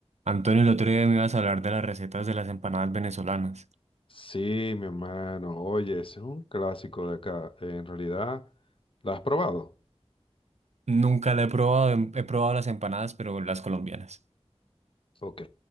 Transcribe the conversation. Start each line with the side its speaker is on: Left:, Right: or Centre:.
Right: Antonio, el otro día me ibas a hablar de las recetas de las empanadas venezolanas.
Left: Sí, mi hermano. Oye, ese es un clásico de acá. En realidad, ¿la has probado?
Right: Nunca la he probado, em- he probado las empanadas, pero las colombianas.
Left: Ok.